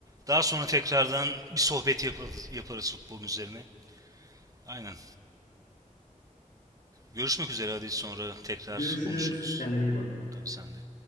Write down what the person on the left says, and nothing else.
Görüşürüz.
Kendine iyi bak.